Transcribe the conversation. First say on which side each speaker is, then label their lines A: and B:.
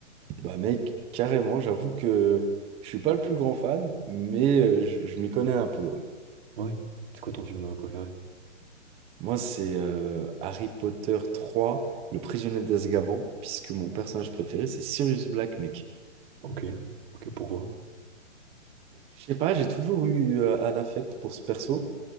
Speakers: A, on the right; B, on the right.
A: Bah mec, carrément, j'avoue que je suis pas le plus grand fan, mais euh, je, je m'y connais un peu, ouais.
B: Ouais. C'est quoi ton film euh, préféré?
A: Moi, c'est euh, Harry Potter 3, le prisonnier d'Azkaban, puisque mon personnage préféré, c'est Sirius Black, mec.
B: Ok, ok, pourquoi?
A: Je sais pas, j'ai toujours eu euh, un affect pour ce perso.